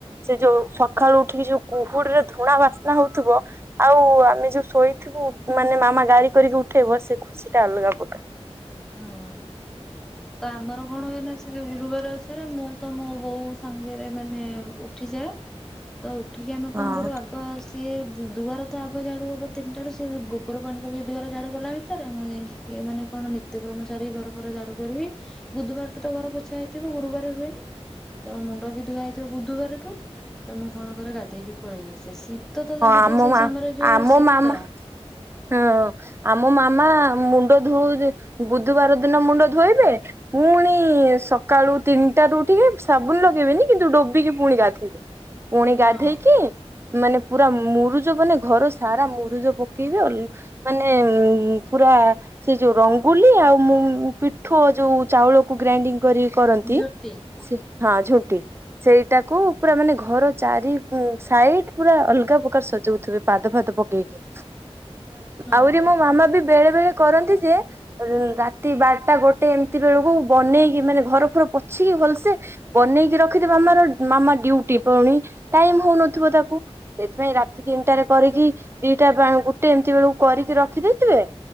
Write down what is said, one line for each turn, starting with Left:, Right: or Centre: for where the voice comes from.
Right: ସେ ଯୋଉ ସଖାଳୁ ଉଠିକି ଯୋଉ କୁହୁଡି ରେ ଧୂଣା ବାସ୍ନା ହଉଥିବ। ଆଉ ଆମେ ଯୋଉ ଶୋଇଥିବୁ ମାନେ ମାମା ଗାଳି କରିକି ଉଠେଇବ ସେ ଖୁସି ଟା ଅଲଗା ପକାର।
Centre: ହଁ ତ ଆମର କଣ ହୁଏନା ସେ ଯଉ ଗୁରୁବାର ଉଷାରେ ମୁଁ ତ ମୋ ବୋଉ ସାଙ୍ଗରେ ମାନେ ଉଠିଯାଏ। ତ ଉଠିକି ଆମେ
Right: ହଁ
Centre: କଣ କରୁ ଆଗ ଅ ସିଏ ଦୁଆର ତ ଆଗ ଝାଡୁ ହବ ତିନିଟା ର ସେ ଗୋବର ପାଣି ପକେଇକି ଦୁଆର ଝାଡୁ କଲାଣି ତ ରେ ମୁଁ ଯାଇକି ଏ ମାନେ କଣ ନିତ୍ୟକ୍ରମ ସାରି ଘର ଫର ଝାଡୁ କରିବି ବୁଧବାର ଟୁ ତ ଘର ପୋଛା ହେଇଥିବ ଗୁରୁବାର ହୁଏନି। ତ ମୁଣ୍ଡ ବି ଧୁଆ ହେଇଥିବ ବୁଧବାରଠୁ ତ ମୁଁ କଣ କରେ ଗାଧେଇକି ପଳେଇ ଆସେ ସି ଶୀତ ତ
Right: ହଁ
Centre: ଜାଣିଥିବେ
Right: ଆମ
Centre: ସେଇ
Right: ମା
Centre: ସମୟରେ ଯୋଉ
Right: ଆମ
Centre: ଶୀତ।
Right: ମାମା ହଁ ଆମ ମାମା ମୁଣ୍ଡ ଧୋଉ ବୁଧବାର ଦିନ ମୁଣ୍ଡ ଧୋଇବେ। ପୁଣି ସକାଳୁ ତିନିଟା ରୁ ଉଠିକି ସାବୁନ ଲଗେଇବେନି କିନ୍ତୁ ଡୋବିକି ପୁଣି ଗାଧେଇବେ। ପୁଣି ଗାଧେଇକି
Centre: ହଁ
Right: ମାନେ ପୁରା ମୁରୁଜ ମାନେ ଘର ସାରା ମୁରୁଜ ପକେଇବେ ଅଉ। ମାନେ ପୁରା ସେ ଯୋଉ ରଙ୍ଗୁୋଲି ଆଉ ମୁଁ ପିଠୁ ଯୋଉ ଚାଉଳକୁ ଗ୍ରାଇଣ୍ଡିଙ୍ଗ କରି କରନ୍ତି
Centre: ଝୋଟି
Right: ହଁ ଝୁଣ୍ଟି ସେଇଟାକୁ ପୁରା ମାନେ ଘର ଚାରି ସାଇଟ୍ ପୁରା ଅଲଗା ପ୍ରକାର ସଜଉଥିବେ ପାଦ ଫାଦ ପକେଇକି
Centre: ହଁ
Right: ଆହୁରି ମୋ ମାମା ବି ବେଳେ ବେଳେ କରନ୍ତି ଯେ ରାତି ବାରଟା ଗୋ ବନେଇକି ରଖିଥ ମାମାର ମାମା ଡୁଟୀ ପୁଣି ଟାଇମ ହେଉନଥିବ ତାକୁ। ସେଥିପାଇଁ ରାତି ତିନିଟାାରେ କରିକି ଦିଟା ଗୋଟେ ଏମିତି ବେଳକୁ କରିକି ରଖିଦେଇଥିବେ।